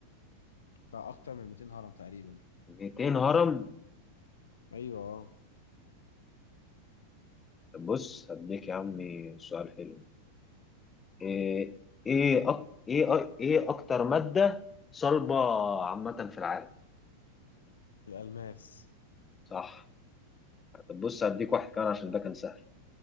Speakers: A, on the left; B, on the left.
A: بتاع اكتر من 200 هرم تقريبا
B: 200 هرم
A: ايوه آه.
B: طب بص هديك يا عمي سؤال حلو إيه إيه أك... إيه أ- إيه أكتر مادة صلبة عامة في العالم
A: الالماس
B: صح طب بص هديك واحد كمان عشان ده كان سهل